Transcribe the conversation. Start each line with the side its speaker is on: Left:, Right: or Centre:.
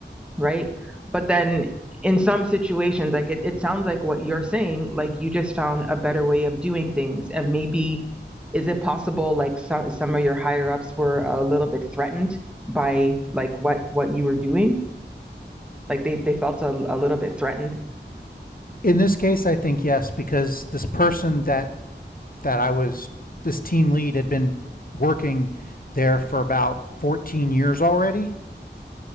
Centre: right? But then in some situations like it, it sounds like what you're saying like you just found a better way of doing things and maybe is it possible like some some of your higher ups were a little bit threatened by like what what you were doing like they they felt a, a little bit threatened
Left: In this case, I think yes, because this person that that I was this team lead had been working there for about 14 years already